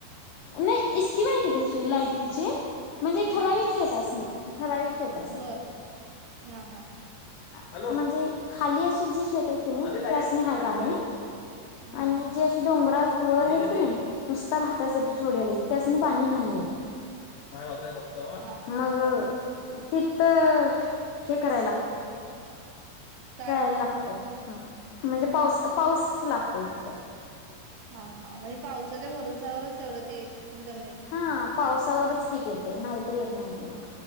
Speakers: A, on the left (about 85°); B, on the right (about 80°).
A: नाही इस्कीम आहे कितीशी लाइटीची. म्हणजे ठराविक
B: हा
A: शेत असणे ठराविक शेत असणे.
B: बर हा हा
A: म्हणजे खाली अशी जी शेत आहेत की नाही ती अस नाहीहा पाणी.
B: हा
A: आणि
B: हा
A: जे अे डोंगरात वर आहेत की नाही नुसता भातासाठी ठेवलेला आहेत. त्यासनी पाणी नाहीयघतो
B: हा हा
A: मग.
B: हा
A: तिथ हे करायला लागतय.
B: काय
A: जायला लागतय. ह् म्हणजे पाऊस पाऊस लागतय तिथं.
B: हा, हा म्हणजे पावसाच्या भरसावरच तेवढं ते जम-
A: हा पावसावरच पीक येते नाहीतरी येत नाहीती मग.